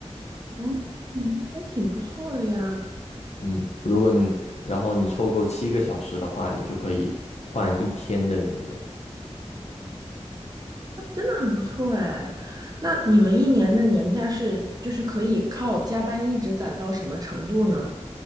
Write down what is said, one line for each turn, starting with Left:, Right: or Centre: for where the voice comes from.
Right: 嗯，嗯还挺不错的呀，
Left: 嗯，如果你，然后你凑够七个小时的话，你就可以换一天的年假。
Right: 真的很不错哎。那你们一年的年假是就是可以靠加班一直攒到什么程度呢？